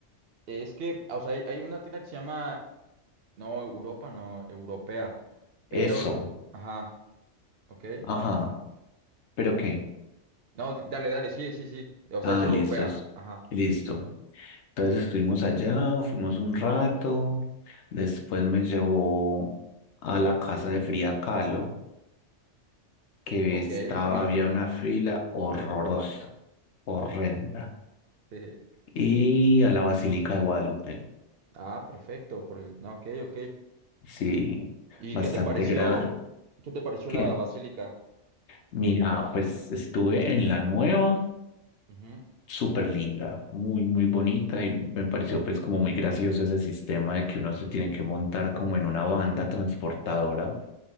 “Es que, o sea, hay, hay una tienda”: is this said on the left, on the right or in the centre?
Right